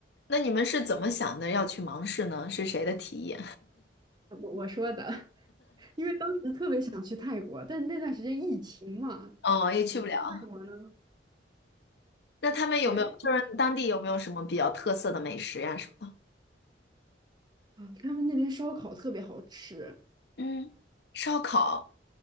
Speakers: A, on the left; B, on the right.
A: 那你们是怎么想的要去芒市呢？是谁的提议？
B: 我我说的，<laughs> 因为当时特别想去泰国，但那段时间疫情嘛，
A: <laughs> 哦，也去不了。
B: 怎么去泰国呢？
A: 那他们有没有就是当地有没有什么比较特色的美食呀、
B: 对
A: 什么的？
B: 啊，他们那边烧烤特别好吃，
A: 嗯，烧烤，